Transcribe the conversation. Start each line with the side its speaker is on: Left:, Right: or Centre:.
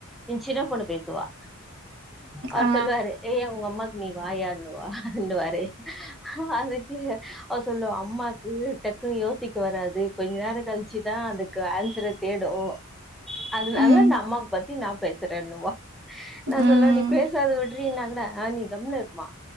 Centre: ஏன் சின்ன பொண்ணு பேசுவா அவரு
Right: ஆ.
Centre: சொல்லுவாரு ஏயன் உங்க அம்மா நீ வாயான்னு வா ண்டு வாரே ‌அதுக்கு அவ சொல்லுவா அம்மாக்கு டக்குன்னு யோசிக்க வராது கொஞ்சோ நேரோ கழிச்சு தா அதுக்கு ஆன்சர தேடூ அதனால
Right: ம்.
Centre: இந்த அம்மாவ பத்தி நா பேசுறேன்னுவா நா
Right: ம்.
Centre: சொல்வே நீ பேசாத வி ட்ரீன்னா கூட அ நீ கம்முன்னு இருமா